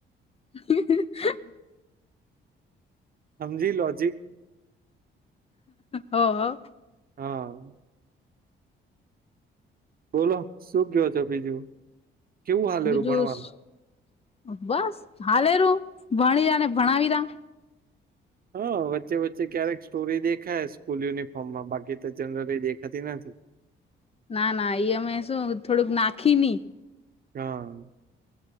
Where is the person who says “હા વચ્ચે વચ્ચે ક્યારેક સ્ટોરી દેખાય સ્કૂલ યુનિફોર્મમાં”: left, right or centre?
Right